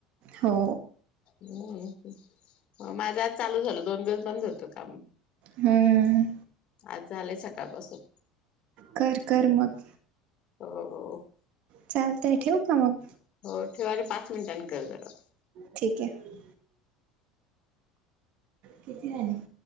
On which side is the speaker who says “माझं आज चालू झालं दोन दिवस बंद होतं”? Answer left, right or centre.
Left